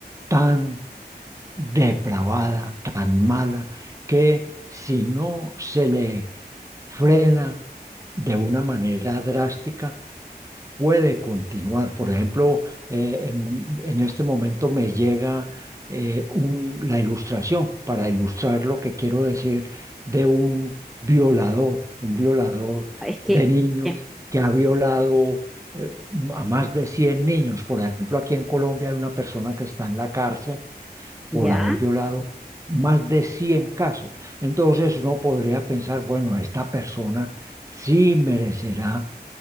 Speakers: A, on the right; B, in the centre.
A: tan depravada, tan mala, que si no se le frena de una manera drástica, puede continuar. Por ejemplo, eh, en, en este momento me llega eh, un- la ilustración para ilustrar lo que quiero decir de un violador, un violador
B: es que,
A: de niños
B: eh,
A: que ha violado eh, a más de 100 niños. Por ejemplo, aquí en Colombia hay una persona que está en la cárcel por
B: ¿ya?
A: haber violado. más de 100 casos. Entonces uno podría pensar, bueno, esta persona sí merecerá